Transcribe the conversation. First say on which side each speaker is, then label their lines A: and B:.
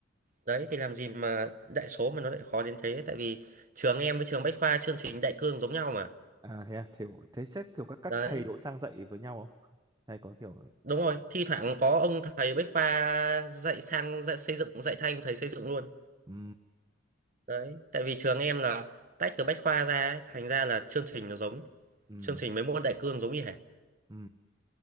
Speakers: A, on the right (about 40°); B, on the right (about 20°).
A: đấy thì làm gì mà đại số mà nó lại khó đến thế tại vì trường em với trường bách khoa chương trình đại cương giống nhau mà
B: à thế à Thế thế xét kiểu các các
A: đấy
B: thầy cũng sang dạy với nhau không hay có kiểu
A: đúng rồi thi thoảng có ông thầy bách khoa dạy sang dạy xây dựng dạy thanh thầy xây dựng luôn
B: ừ
A: đấy tại vì trường em là tách từ bách khoa ra ấy, thành ra là chương trình nó giống
B: ừ
A: chương trình mấy môn đại cương giống như hệt
B: ừ